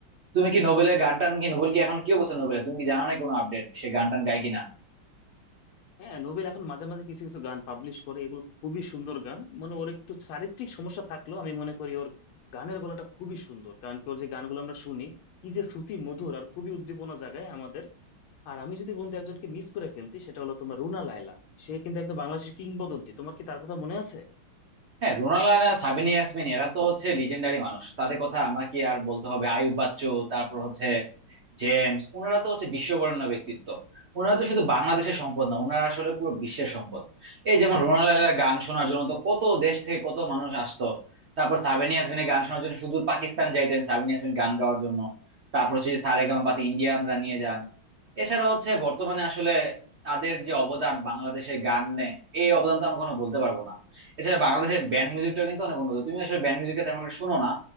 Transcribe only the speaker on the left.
হ্যাঁ নোবেল এখন মাঝে মাঝে কিছু কিছু গান পাবলিশ করে এগুলো খুবই সুন্দর গান মানে ওর একটু চারিত্রিক সমস্যা থাকলেও আমি মনে করি ওর গানের গলাটা খুবই সুন্দর কারণ কি ওর যে গানগুলো আমরা শুনি কি যে শ্রুতি মধুর আর খুবই উদ্দীপনা জাগায় আমাদের আর আমি যদি বন্ধু একজনকে মিস করে ফেলছি সেটা হলো তোমার রুনা লায়লা সে কিন্তু একদম বাংলাদেশের কিংবদন্তি তোমার কি তার কথা মনে আছে